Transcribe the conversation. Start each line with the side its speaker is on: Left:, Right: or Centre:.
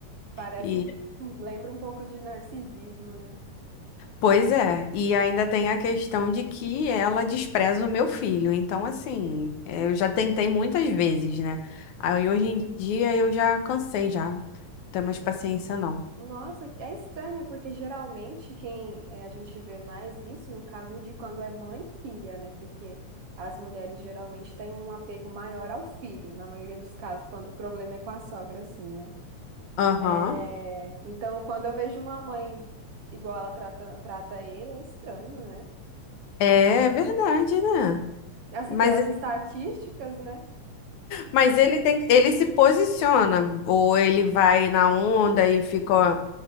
Right: Parece,
Left: E
Right: um, um, lembra um pouco de narcisismo, né?
Left: pois é, e ainda tem a questão de que ela despreza o meu filho. Então assim, é, eu já tentei muitas vezes, né? Aí hoje em dia eu já cansei já. Não tenho mais paciência não.
Right: Nossa, é estranho, porque geralmente quem eh, a gente vê mais isso no caso de quando é mãe e filha, né? Porque as mulheres geralmente têm um apego maior ao filho, na maioria dos casos, quando o problema é com a sogra, assim, né?
Left: Aham.
Right: É, Então, quando eu vejo uma mãe igual ela trata, trata ele, é estranho, né?
Left: É verdade, né?
Right: Assim,
Left: Mas
Right: pelas estatísticas, né?
Left: Mas ele tem, ele se posiciona, ou ele vai na onda e fica